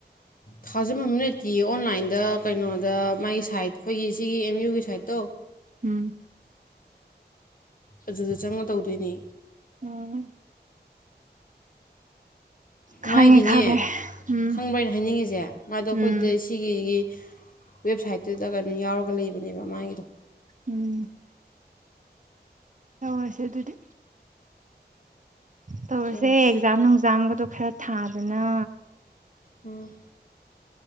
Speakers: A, on the left; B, on the right.
A: ꯊꯥꯖꯟꯐꯝꯝ ꯂꯩꯇꯦ ꯑꯣꯟꯂꯥꯏꯟꯗ ꯀꯩꯅꯣꯗ ꯃꯥꯒꯤ ꯁꯥꯏꯠ ꯑꯩꯈꯣꯏꯒꯤ ꯁꯤꯒꯤ ꯑꯦꯝ ꯌꯨꯒꯤ ꯁꯥꯏꯠꯇꯣ
B: ꯎꯝ
A: ꯑꯗꯨꯗ ꯆꯪꯉ ꯇꯧꯗꯣꯏꯅꯤ
B: ꯎꯝ ꯈꯪꯉꯦ
A: ꯃꯥꯥꯏꯒꯤꯅꯦ
B: ꯈꯪꯉꯦ ꯎꯝ
A: ꯈꯪꯕ꯭ꯔꯅ ꯍꯥꯏꯅꯤꯡꯉꯤꯁꯦ ꯃꯥꯗꯣ ꯑꯩꯈꯣꯏ
B: ꯎꯝ
A: ꯁꯤꯒꯤ ꯋꯦꯕꯁꯥꯏꯠꯇꯨꯗ ꯀꯩꯅꯣ ꯌꯥꯎꯔꯒ ꯂꯩꯕꯅꯦꯕ ꯃꯥꯒꯤꯗꯣ
B: ꯎꯝ ꯍꯁꯦ ꯑꯗꯨꯗꯤ ꯇꯔꯁꯦ
A: ꯇꯧꯔꯁꯤ
B: ꯑꯦꯛꯖꯥ ꯅꯨꯡꯖꯥꯒꯗ ꯈꯔ ꯊꯥꯗꯅ
A: ꯎꯝ